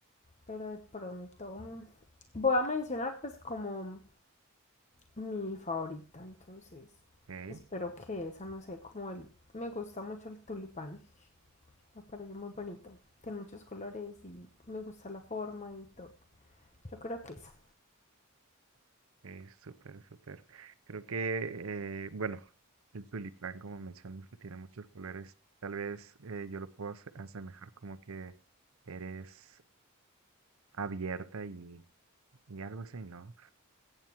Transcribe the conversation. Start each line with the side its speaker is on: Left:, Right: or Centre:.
Left: pero de pronto mm, voy a mencionar pues como mi favorita, entonces
Right: Ok,
Left: espero que esa, no sé, como el, me gusta mucho el tulipán, me parece muy bonito, tiene muchos colores y me gusta la forma y todo, yo creo que esa.
Right: Es súper, súper. Creo que, eh, bueno, el tulipán, como mencionas, que tiene muchos colores, tal vez eh, yo lo puedo ase- asemejar como que eres abierta y, y algo así, ¿no?